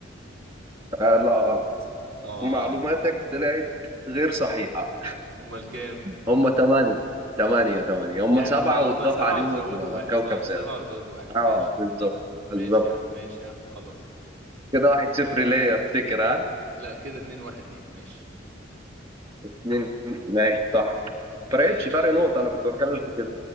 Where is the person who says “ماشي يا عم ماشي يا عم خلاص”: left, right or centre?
Right